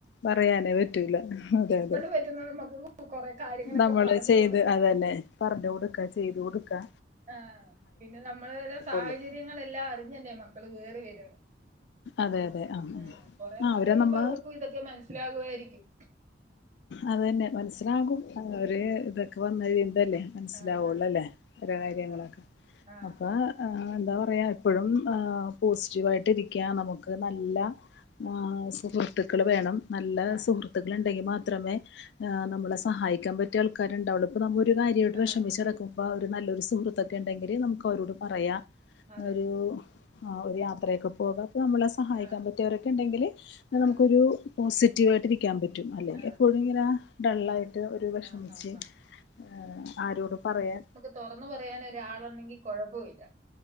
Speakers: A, on the left; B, on the right.
A: പറയാനേ പറ്റൂല അതെ അതെ
B: പറ്റുന്ന നമുക്ക് കൊറെ കാര്യങ്ങളൊക്കെ
A: നമ്മള്
B: പറഞ്ഞു
A: ചെയ്ത്
B: കൊടുക്കാം
A: അതെന്നെ പറഞ്ഞ് കൊട്ക്കാ ചെയ്ത് കൊട്ക്കാ
B: ആഹ് പിന്നെ നമ്മളടെ സാഹചര്യങ്ങളെല്ലാം
A: ഉള്ളു
B: അറിഞ്ഞല്ലേ മക്കള് കേറി വെര്ന്നേ
A: അതെ അതെ ആ
B: ആഹ് കൊറേ
A: ആ
B: നാള്
A: അവരെ
B: കഴിയുമ്പാെ
A: നമ്മ
B: അവർക്കും ഇതൊക്കെ മനസ്സിലാകുവായിരിയ്ക്കും
A: അത് തന്നെ മൻസ്സ്ലാകും അതവര് ഇതൊക്കെ വന്ന് കഴിയ്മ്പല്ലെ മൻസ്സ്ലാവാെള്ളല്ലേ
B: ആഹ്
A: ഓരോ
B: ആഹ്
A: കാര്യങ്ങളൊക്കെ
B: ആഹ്
A: അപ്പാ ആഹ് എന്താ പറയാ എപ്പഴും ഏഹ് പോസ്‌റ്റീവായ്ട്ടിരിയ്ക്ക നമുക്ക് നല്ല ആഹ് സുഹൃത്ത്ക്കള് വേണം നല്ല
B: ആഹ്
A: സുഹൃത്ത്
B: ആഹ്
A: ക്കള്ണ്ടെങ്കി മാത്രമേ ഏഹ് നമ്മളെ സഹായിക്കാം പറ്റിയൾ ക്കാര്ണ്ടാവാെള്ളൂ ഇപ്പ നമ്മു ഒരു കാര്യായ്ട്ട്
B: ആഹ്
A: വെഷമിച്ചെടക്കും
B: അതെ
A: മ്പാ ഒരു നല്ലൊരു സുഹൃത്തൊക്കെണ്ടെങ്കില് നമുക്കവരോട് പറയാ
B: അതെ
A: ഒരൂ
B: അതെ
A: ആഹ് ഒര് യാത്രയൊക്കെ പോകാ പ്പൊ നമ്മളെ സഹായിക്കാൻ
B: ആഹ്
A: പറ്റിയവരൊക്കെ ഇണ്ടെങ്കില് നമുക്കൊരു
B: ആഹ്
A: പോസിറ്റീവായിട്ടിരിയ്ക്കാം പറ്റും അല്ലെങ്കി
B: ആഹ്
A: എപ്പോഴുംങ്ങെനെ ഡെള്ളായ് ട്ട് ഒരു വെഷ്മിച്ച്
B: ആഹ് ആഹ് ആഹ്
A: ഏഹ് ആരോട് പറയാൻ
B: താെറന്നു പറയാനൊരാളുണ്ടെങ്കി കാെഴപ്പവില്ലാ